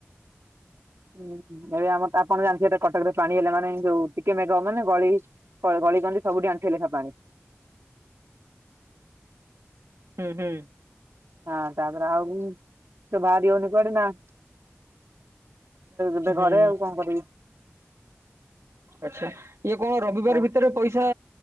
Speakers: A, on the right; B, on the right.
A: ହୁଁ ଏବେ ଆମର ତ ଆପଣ ଜାଣିଥିବେ କଟକରେ ପାଣି ହେଲେ ମାନେ ଯୋଉ ଟିକେ ମେଘ ହବ ମାନେ ଗଳି କଳ ଗଳିିକନ୍ଦୀ ସବୁଠି ଆଣ୍ଠିଏ ଲେଖା ପାଣି।
B: ହୁଁ, ହୁଁ,
A: ହଁ ତାପରେ ଆଉ ତ ବାହାରି ହଉନି କୁଆଡେ ନା ଏବେ
B: ହୁଁ
A: ଘରେ ଆଉ କଣ କରିବି?
B: ଆଚ୍ଛା ଇଏ କଣ ରବିବାର
A: ଆ
B: ଭିତରେ ପଇସା